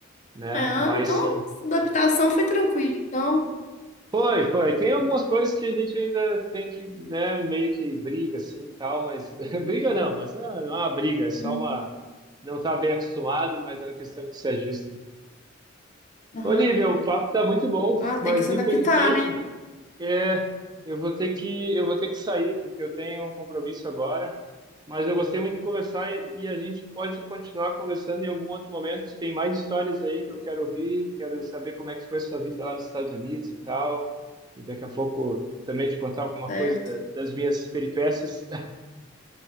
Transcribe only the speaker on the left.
É, ah,
então
adaptação foi tranquila. Então,
uhum,
aham.
Ah,
tem que se
adaptar, né?
Certo.